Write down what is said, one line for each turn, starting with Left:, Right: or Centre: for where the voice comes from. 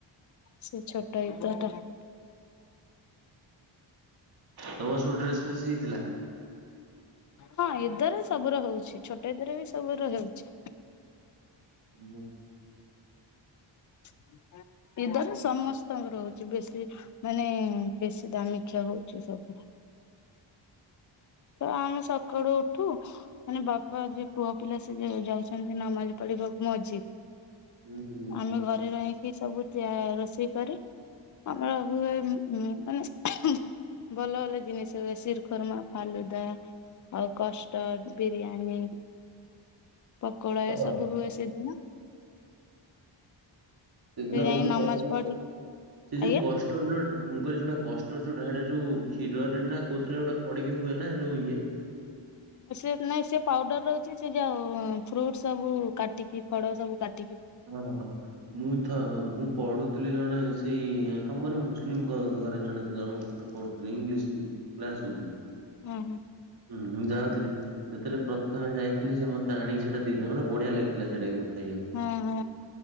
Left: ସେ ଛୋଟ ଇଦ ଟା।
Right: ତମର ସବୁ ଡ୍ରେସ ପ୍ରେସ ହେଇଥିଲା?
Left: ହଁ ଇଦ ରେ ସବୁୁର ହୋଉଛି ଛୋଟ ଇଦ ର ବି ସବୁ ର ହୋଉଛି।
Right: ହୁଁ
Left: <inaudible> ଇଦ ରେ ସମସ୍ତଙ୍କର ହୋଉଛି ବେଶୀ ମାନେ ବେଶୀ ଦାମୀଖିଆ ହଉଛି ସବୁ। ତ ଆମେ ସକାଳୁ ଉଠୁ ମାନେ ବାପା ଯେ ପୁଅ ପିଲା ସେ ଯ ଯାଉଛନ୍ତି ନମାଜ ପଢିବାକୁ ମଜିଦ୍।
Right: ହୁଁ
Left: ଆମେ ଘରେ ରହିକି ସବୁ ତିଆ ରୋଷେଇ କରି ଆମର ହୁଏ ହୁଁ ମାନେ ଭଲ ଭଲ ଜିନିଷ ହୁଏ ଶ୍ରୀଖର୍ମା ଫାଲୁଦା ଆଉ କଷ୍ଟଡ଼ ବିରିୟାନୀ ପକୋଡା
Right: କର
Left: ଏ ସବୁ ହୁଏ ସେଦିନ।
Right: ସେଦିନ
Left: ସେ ଯାଇ
Right: ମୁଁ
Left: ନମାଜ
Right: କ ପ
Left: ପଢି
Right: ସେ ଯୋଉ
Left: ଆଜ୍ଞା
Right: କଷ୍ଟ ଯୋଉଟା ମୁଁ କହିଲି ଯୋଉଟା କଷ୍ଟଡ଼ ଯୋଉଟା ହେଇଟା ଯୋଉ କ୍ଷୀରରେ ନା କୋଉଥିରେ ଗୋଟେ ପଡିକି ହୁଏ ନା ଯୋଉ ଇଏ
Left: ସେ ନାଇଁ ସେ ପାଉଡର ରୋହୁଛି ସେ ଯୋଉ ଫ୍ରୁଟ ସବୁ କାଟିକି ଫଳ ସବୁ କାଟ
Right: ହୁଁ ହୁଁ ହୁ। ମୁଁ ତ ମୁଁ ପଢୁଥିଲି ଜଣେ ସେଇ ତମର ମୁସଲିମଙ୍କ ଘରେ ଜଣେ ଜଣଙ୍କ ପାଖରେ ପଢୁ ଇଂଲିଶ କ୍ଲାସ ନେଉଥିଲି
Left: ହୁଁ ହୁଁ
Right: ହୁଁ ମୁଁ ଯାାଉଥିଲି ଯେତେବେଳେ ପ୍ରଥମେ ଯାଇଥିଲି ସେ ମତେ ଆଣିକି ସେଟା ଦେଇଥିଲା ମୋତେ ବଢିଆ ଲାଗିଥିଲା ସେଇଟା କିନ୍ତୁ ଖାଇବାକୁ
Left: ହଁ ହଁ